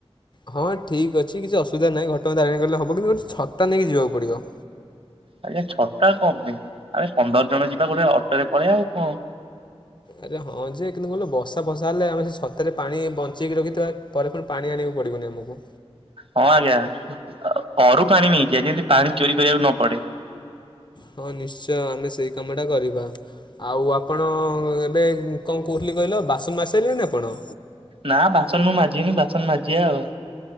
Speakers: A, on the left; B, on the right.
A: ହଁ ଠିକ୍ ଅଛି କିଛି ଅସୁବିଧା ନାହି ଘଟଗାଁ ତାରିଣୀ ଗଲେ ହବ। କିନ୍ତୁ ଗୋଟେ ଛତା ନେଇକି ଯିବାକୁ ପଡ଼ିବ।
B: ଆଜ୍ଞା ଛତା କଣ ପାଇଁ ଆମେ ପନ୍ଦର ଜଣ ଯିବା ଗୋଟେ ଅଟୋରେ ପଳେଇବା ଆଉ କଣ
A: ଆରେ ହଁ ଯେ କିନ୍ତୁ କହିଲ ବର୍ଷା ଫର୍ସା ହେଲେ ଆମେ ସେ ଛତାରେ ପାଣି ବଞ୍ଚେଇକି ରଖିଥିବା ପରେ ପୁଣି ପାଣି ଆଣିବାକୁ ପଡିବନି ଆମକୁ।
B: ହଁ ଆଜ୍ଞା ଘରୁ ପାଣି ନେଇଜିଆ ଯେମିତି ପାଣି ଚୋରି କରିବାକୁ ନ ପଡେ।
A: ହଁ ନିଶ୍ଚୟ ଆମେ ସେଇ କାମ ଟା କରିବା। ଆଉ ଆପଣ ଏବେ କଣ କହୁଥିଲି କହିଲ ବାସନ ମାଜି ସାରିଲେଣି ଆପଣ?
B: ନା ବାସନ ମୁଁ ମାଜିବିନି ବାସନ ମାଜିବା ଆଉ।